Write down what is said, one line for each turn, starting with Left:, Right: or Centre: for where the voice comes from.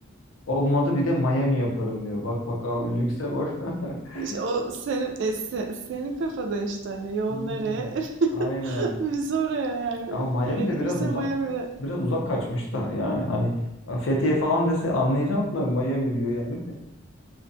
Left: Olmadı bir de Miami yaparım diyor. Bak bak abi lükse bak. <laughs>
Right: İşte o senin, e, se- senin kafada işte hani yol
Left: Hmm,
Right: nereye? <laughs>
Left: aynen.
Right: Biz oraya yani
Left: Ama
Right: e,
Left: Miami
Right: gerekirse
Left: de biraz uzak
Right: Miami'de.
Left: biraz uzak kaçmış da yani hani Fethiye falan dese anlayacağım da Miami diyor yani. <laughs>